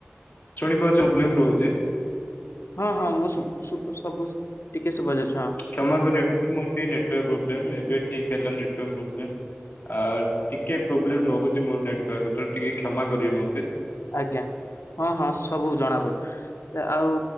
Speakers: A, on the left; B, on the left.
A: ଶୁଣିପାରୁଛି ପ୍ରୋବ୍ଲେମ ରହୁଛି।
B: ହଁ ହଁ ମୁଁ ସୁବ୍ ସୁବ୍ ସବୁ ଟିକେ ଶୁଭାଯାଉଛି ହଁ।
A: କ୍ଷମା କରିବେ <unintelligible> ମୋର ଟିକେ ନେଟୱର୍କ ପ୍ରୋବ୍ଲେମ୍ ଏବେ ଠିକ୍ ହେଲା ନେଟୱର୍କ ପ୍ରୋବ୍ଲେମ୍। ଆ ଟିକେ ପ୍ରୋବ୍ଲେମ ରହୁଛି ମୋର ନେଟୱର୍କ ତ ଟିକେ କ୍ଷମା କରିବେ ମତେ।
B: ଆଜ୍ଞା ହଁ ହଁ ସବୁ ଜଣାପ ଆଉ